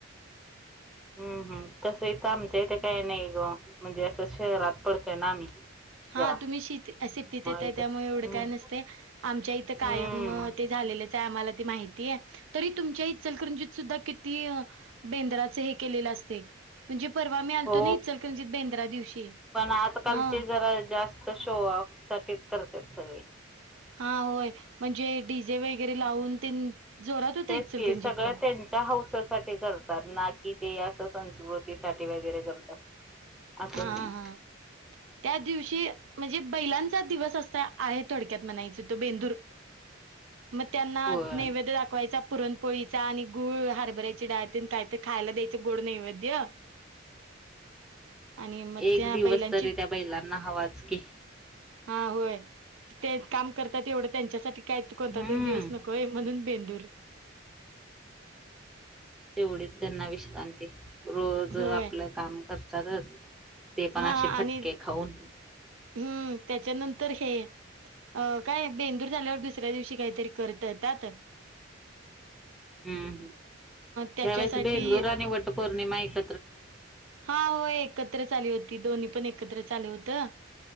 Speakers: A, in the centre; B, on the right.
A: हम् हम् तसं इथं आमच्यां इथं काय नाही गं म्हणजे असं शहरात पडतोय ना आम्ही.
B: हा
A: जरा
B: तुम्ही शि शिटीत येताय
A: इथे
B: त्यामुळे एवढं
A: हम्म
B: काय नसतय आमच्या इथं कायम
A: हम्म
B: ते झालेलं आम्हाला काय माहिती हाय तरी तुमच्या इचलकरंजीत सुध्दा किती बेंद्राच हे केलेलं असतयं. म्हणजे परवा मी आलतो
A: हो
B: नयी इचलकरंजीत बेंद्रा दिवशी.
A: आजकालची
B: हा
A: जरा जास्त शो ऑफ साठीच करत्यात सगळी.
B: हा होय. म्हणजे डीजे वगैरे लावून तेन जोरात होतंय
A: तेच
B: इचलकरंजीत
A: की सगळं
B: पण.
A: त्यांच्या हौसासाठी ना कि ते असं संस्कृतीसाठी वगैरे करतं असतात. असुदेत.
B: हा हा त्या दिवशी म्हणजे बैलांचा दिवस असा आहे थोडक्यात म्हणायचं तो बेंदूर. मग त्यांना
A: होय
B: नैवेद दाखवायचा पुरणपोळीचा आणि गुळ. हरभऱ्याची डाळ तेन कायते खायला द्यायचं गोड नैवेद्य. आणि मग
A: एक
B: त्या
A: दिवस
B: बैलांची
A: तरी त्या बैलांना हवाच की.
B: हा होय. तेच काम करतात एवढं त्यांच्यासाठी काय कोणता
A: हम्म
B: तरी दिवस नको होय म्हणून बेंदूर.
A: तेवढीच त्यांना विश्रांती रोज
B: होय
A: आपलं काम करतातच. ते पण
B: हा
A: असे फटके
B: आणि
A: खाऊन.
B: हम्म त्याच्यानंतर हे अ काय बेंदूर झाल्यावर दुसऱ्या दिवशी काहीतरी कर ठेवतात.
A: हम्म
B: त्याच्यासाठी
A: यावेळेस बेंदूर आणि वट पौर्णिमा एक
B: हा होय एकत्रच आली होती दोन्ही पण एकत्रच आलं होतं.